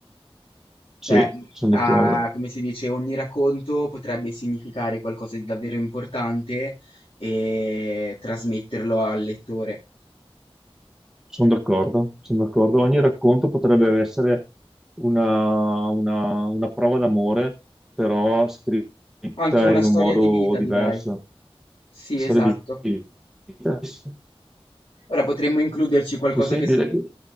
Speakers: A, on the left; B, in the centre.
A: Cioè,
B: Sì,
A: mhmm,
B: sono
A: a-
B: d'accordo.
A: come si dice, ogni racconto potrebbe significare qualcosa di davvero importante e trasmetterlo al lettore.
B: Sono d'accordo, sono d'accordo. Ogni racconto potrebbe essere una, una- una prova d'amore, però scritta
A: Anche una
B: in
A: storia
B: un modo
A: di vita,
B: diverso.
A: direi. Sì,
B: Storia
A: esatto.
B: di di vita. Sì,
A: Ora potremmo includerci qualcosa
B: sì,
A: che,
B: direi
A: se-
B: che